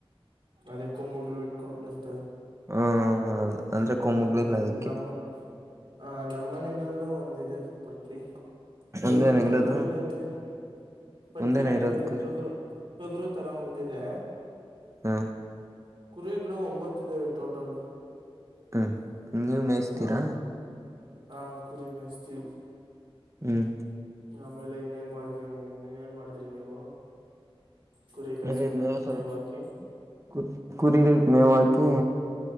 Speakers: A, on the right; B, on the right.
A: ಅದೇಕ್ಕೂ ಮುರಲು ಇಟ್ಟಕೊಂಡ ಇರತವೆ.
B: ಹ ಅದ ಅಂದ್ರೆ ಕೊಂಬುಗಳಿಲ್ಲ
A: ಹ್ಮ್
B: ಅದಕ್ಕೆ
A: ನಮ್ ಆ ನಮ್ಮನೆಯಲ್ಲೂ ಒಂದಿದೆ ಪುಟ್ಲಿ. ಟಗರು
B: ಒಂದೇನ
A: ಟಗರು
B: ಇರೋದು
A: ಇದ್ದಂಗಿದೆ. ಪಟ್ಲಿ
B: ಒಂದೇನ
A: ಅಂದ್ರೆ
B: ಇರೋದು ಕುರಿ
A: ಟಗರು ಟಗರು ತರ ಒಂದ ಇದೆ.
B: ಹ್ಮ
A: ಕುರಿಗಳು ಒಂಬತ್ ಇದ್ದಾವೆ ಟೋಟಲ್.
B: ಹ್ಮ್ ನೀವ್ ಮೇಯಿಸ್ತೀರಾ
A: ಹ ಹ ಕುರಿ ಮೆಸ್ತಿ
B: ಹ್ಮ್
A: ಆಮೇಲೆ ಇನ್ನೇನ್ ಮಾಡ್ತ್ವಿ ನೀ ಇನೆನ್ ಮಾಡುದ್ರಿ ನೀವು. ಕುರಿ ಕಸು
B: ಅದೆ
A: ಕಟ್
B: ಮೆವ್ ಸ್ವಲ್ಪ
A: ಮೇವ್ ಹಾಕಿ
B: ಕುು ಕುರಿಗಳ್ ಮೇವ್ ಹಾಕಿ.